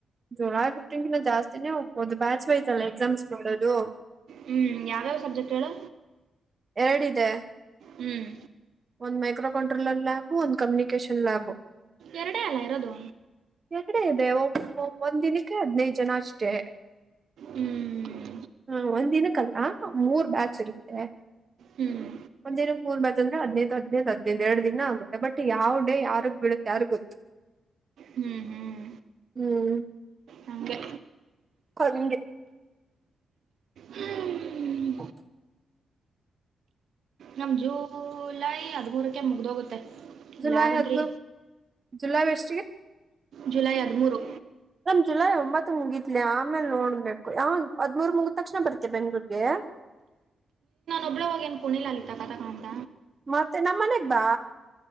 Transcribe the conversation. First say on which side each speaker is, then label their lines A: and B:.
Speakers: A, on the right (about 30°); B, on the right (about 70°).
A: ಜುಲೈ ಫಿಫ್ಟೀನ ಕಿನ್ ಜಾಸ್ತಿನೇ ಹೋಗ್ಬೋದು ಬ್ಯಾಚ್ ಬಯ್ತಲ್ಲ ಎಕ್ಸಾಮ್ಸ್ಗೆ ಮಾಡದು.
B: ಹ್ಮ್ ಯಾವ್ಯಾವ್ ಸಬ್ಜೆಕ್ಟ್ಳ.
A: ಎರಡಿದೆ.
B: ಹ್ಮ್.
A: ಒಂದ್ ಮೈಕ್ರೋ ಕಂಟ್ರೋಲರ್ ಲ್ಯಾಬು ಒಂದ್ ಕಮ್ಯುನಿಕೇಶನ್ ಲ್ಯಾಬು.
B: ಎರಡೇ ಅಲ್ಲ ಇರೋದು.
A: ಎರಡೆ ಇದೆ ಒ ಒಂದ್ ದಿನಕ್ಕೆ ಹದ್ನೈದ್ ಜನ ಅಷ್ಟೇ.
B: ಹ್ಮ್
A: ಹ ಒಂದಿನಕ್ ಆ. ಮೂರ್ ಬ್ಯಾಚ್ ಇರುತ್ತೆ
B: ಹ್ಮ್
A: ಒಂದಿನ ಕೂರ್ಬ ಅ ಹದ್ನೈದು ಹದ್ಿನೈದದು ಎರಡು ದಿನ ಆಗುತ್ತೆ ಬಟ್ ಯಾವ್ ಡೇ ಯಾರಿಗ್ ಬಿೀಡುತ್ತೆ ಯಾರ ಗೊತ್ತು
B: ಹ್ಮ್ ಹ್ಮ್
A: ಹ್ಮ್
B: ಹಂಗೆ
A: ಕೊಜ
B: ಹ್ಮ್.
A: ಹಓಕೆ
B: ನಮ್ ಜೋ ಲೈ ಹದಮೂರಕ್ಕೆ ಮುಗ್ದೋಗುತ್ತೆ
A: ಜುಲೈ
B: ಲ್ಯಾಬ್
A: ಹದಿಮೂರು
B: ಅಂದ್ರೆ
A: ಜುಲೈ ವ <inaudible>
B: ಜುಲೈ ಹದಿಮೂರು
A: ಮಮ್ ಜುಲೈ ಒಂಬತ್ ಮುಗತ್ಲಿ ಆಮೇಲೆ ನೋಡ್ಬೇಕು ಯಾವ ಹದ್್ಮೂರ್ ಮುಗ ತಕ್ಷಣ ಬರ್ತಿ ಬೆಂಗ್ಳೂರ್ಗೆ
B: ಒಬ್ಳವಾಗ ಏನ್ ಕುಣಿಿಲ್ಲ ಅಲಾ ಕತಕಾಣಂತ
A: ಮತ್ತೆ ನಮ್ಮ ಮನೆಗ್ ಬಾ